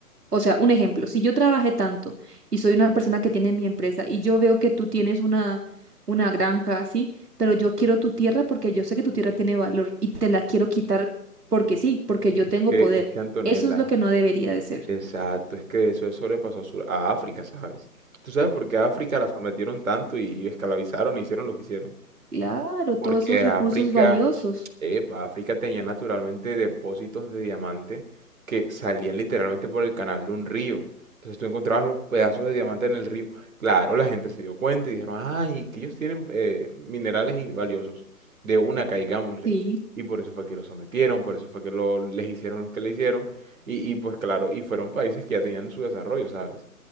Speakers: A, on the right (about 80°); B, on the right (about 60°).
A: O sea, un ejemplo, si yo trabajé tanto y soy una persona que tiene mi empresa y yo veo que tú tienes una, una granja así, pero yo quiero tu tierra porque yo sé que tu tierra tiene valor y te la quiero quitar porque sí, porque yo
B: Es
A: tengo
B: que,
A: poder.
B: es que Antonella,
A: Eso es lo que no debería de ser.
B: Exacto, es que eso, eso le pasó a, Sur- a África, ¿sabes? ¿Tú sabes por qué a África la sometieron tanto y, y esclavizaron y hicieron lo que hicieron?
A: Claro, todos
B: Porque
A: esos recursos
B: África,
A: valiosos.
B: epa, África tenía naturalmente depósitos de diamante que salían literalmente por el canal de un río. Entonces tú encontrabas los pedazos de diamante en el río. Claro, la gente se dio cuenta y dijeron, ay, que ellos tienen eh, minerales y- valiosos. De una, caigámosle.
A: Sí,
B: Y por eso fue que lo sometieron, por eso fue que lo, les hicieron los que le hicieron. Y, y pues claro, y fueron países que ya tenían su desarrollo, ¿sabes?